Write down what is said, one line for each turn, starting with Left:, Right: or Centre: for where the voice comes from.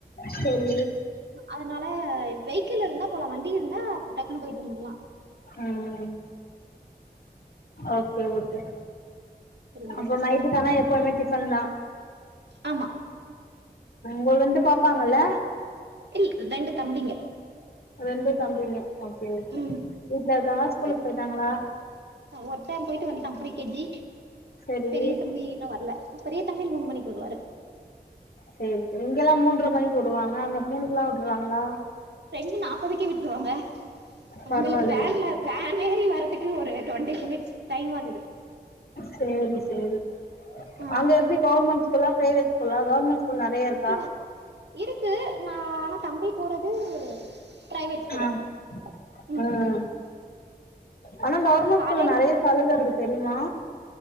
Left: சரி
Right: அதனால வெகிக்கிள் இருந்தா போலாம் வண்டி இருந்தா டக்குன்னு போயிட்டு வந்துர்லாம்
Left: ம் ஓகே ஓகே
Right: சரிங்களா
Left: அங்க
Right: சிஸ்டர்
Left: நைட்டுக்கானா எப்பவுமே டிப்பன் தான்
Right: ஆமா
Left: பதுல இருந்து பாப்பாங்கல்ல
Right: இல் ரெண்டு தம்பிங்க
Left: ரெண்டும் தம்பிங்க ஓகே ஓகே
Right: ம்
Left: வீட்டுல இருக்காங்களா
Right: ஓகே
Left: ஸ்கூலுக்கு போயிட்டாங்களா
Right: ஒருத்த போயிட்டு வந்து ட்டான் ப்ரி கே ஜி
Left: சரி
Right: பெரிய தம்பி இன்னும் வரல பெரிய தம்பி மூணு மணிக்கு வருவாரு
Left: சரி சரி இங்க எல்லாம் மூன்ற மணிக்கு விடுவாங்க அங்க மூணுக்குல்லாம் விட்டுருவாங்களா
Right: ரெண்டு நாப்பதுக்கே விட்டுருவாங்க அவங்களுக்கு
Left: பரவாயில்லையே
Right: வேன்ல வேன் ஏறி வரதுக்கு ஒரு டுவெண்ட்டி மினிட்ஸ் டைம் ஆகுது
Left: சேரி சேரி
Right: ஆ
Left: அங்க எப்டி கவர்மெண்ட் எல்லாம் பிரைவேட் ஸ்கூல்லா கவர்மென்ட் ஸ்கூல் நிறையக்கு
Right: எல்லாம் இருக்கு நா ஆனா தம்பி போறது பிரைவேட் ஸ்கூலு
Left: ஆம்
Right: ம்
Left: உம் ஆனா கவர்மெண்ட்
Right: காலைல
Left: ஸ்கூல்ல நிறைய சலுக இருக்கு தெரியுமா